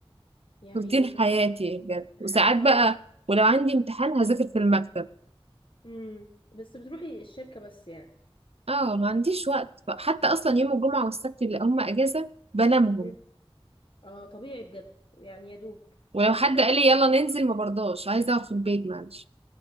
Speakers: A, on the left; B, on the right.
A: يا عيني
B: روتين
A: طب
B: حياتي
A: ده
B: بجد
A: ده
B: وساعات
A: حاجة صعبة
B: بقى
A: أوي
B: ولو عندي امتحان هذاكر في المكتب
A: امم بس بتروحي الشركة بس يعني
B: اه ما عنديش وقت ف- حتى اصلا يوم الجمعة والسبت اللي هم اجازة بنامهم
A: مم. اه طبيعي بجد يعني يا دوب
B: ولو
A: وحتى
B: حد
A: الواحد
B: قال لي يلا ننزل ما برضاش عايزة اقعد في البيت معلش